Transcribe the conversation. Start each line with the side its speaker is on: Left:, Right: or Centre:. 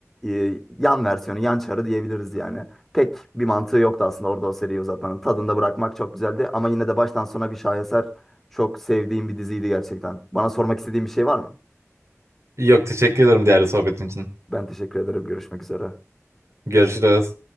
Centre: e, yan versiyonu, yan çarı diyebiliriz yani. Pek bir mantığı yoktu aslında orada o seriyi uzatmanın. Tadında bırakmak çok güzeldi ama yine de baştan sona bir şaheser. Çok sevdiğim bir diziydi gerçekten. Bana sormak istediğin bir şey var mı?
Right: Yok teşekkür ederim değerli sohbetin için.
Centre: Ben teşekkür ederim. Görüşmek üzere.
Right: Görüşürüz.